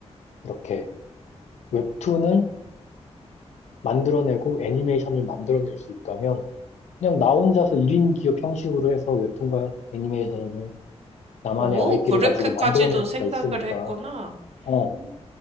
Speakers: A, on the left; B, on the right.
A: 이렇게 웹툰을 만들어내고 애니메이션을 만들어낼 수 있다면 그냥 나 혼자서 1인 기업 형식으로 해서 웹툰과 애니메이션을 나만의
B: 오,
A: IP를
B: 그렇게까지도
A: 가지고 만들어낼
B: 생각을
A: 수가 있으니까
B: 했구나.
A: 어
B: 음,